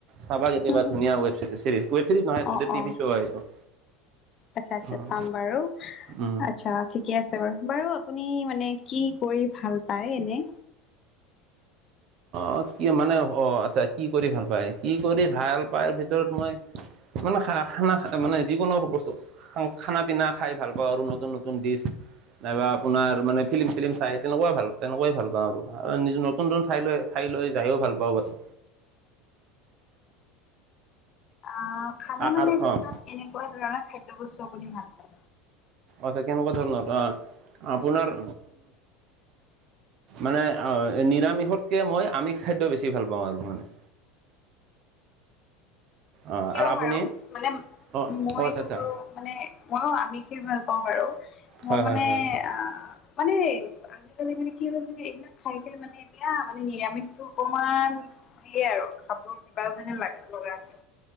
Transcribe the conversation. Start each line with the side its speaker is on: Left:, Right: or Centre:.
Right: চাবা কেতিয়াবা
Left: হুম হুম
Right: ধুনীয়া
Left: হুম
Right: ৱেব চিৰি ৱেব চিৰিজ নহয়
Left: অ
Right: চোযে
Left: অ
Right: টিভি শ্ব' হয় এইটো
Left: আচ্ছা আচ্ছা
Right: উম,
Left: চামবাৰো
Right: উম।
Left: আচ্ছা ঠিকে আছে বাৰু বাৰু আপুনি মানে কি কৰি ভাল পায় এনেই
Right: অ কি মানে অ আচ্ছা কি কৰি ভাল পায় কি কৰি ভাল পাই ভিত ভিতৰত মই মানে খ খানা মানে যিকোনো বস্তু খা খানা পিনা খাই ভাল পাওঁ আৰু নতুন নতুন ডিচ নাইবা আপোনাৰ মানে ফিল্ম চিলিম চাই তেনেকুৱাই ভাল তেনেকুৱাই ভাল পাওঁ আৰু নিজ নতুন নতুন ঠাইলৈ ঠাইলৈ যায়ো ভাল পাওঁ বাৰু
Left: আহ খানা মানে
Right: আৰু
Left: ধৰি
Right: অ'
Left: লওক কেনেকুৱা ধৰণৰ খাদ্য বস্তু আপুনি ভাল পায়
Right: আচ্ছা কেনেকুৱা ধৰণৰ আ আপোনাৰ মানে অ নিৰামিষতকে মই আমিষ খাদ্য বেছি ভাল পাওঁ আৰু মানে অ'
Left: কিয়
Right: আৰু আপুনি
Left: বাৰু মানে
Right: অ'
Left: মইটো
Right: অ' আচ্ছা আচ্ছা
Left: মানে ময়ো আমিষ এ ভাল পাওঁ বাৰু
Right: হয়
Left: মোৰ
Right: হয়
Left: মানে
Right: হয়
Left: আহ মানে আজিকালি মানে কি হৈছে এইবিলাক খাই খাই মানে এতিয়া মানে নিৰামিষটো অকমান সেয়ে আৰু খাবৰ কিবা যেনে লাগে লগা আছে